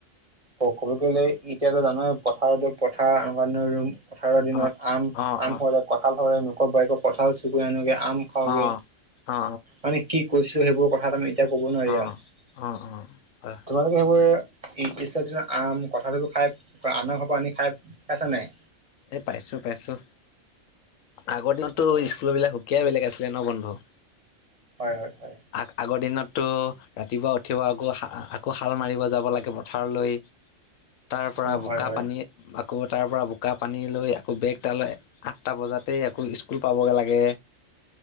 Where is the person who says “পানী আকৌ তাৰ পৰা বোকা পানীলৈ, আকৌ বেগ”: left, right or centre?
Left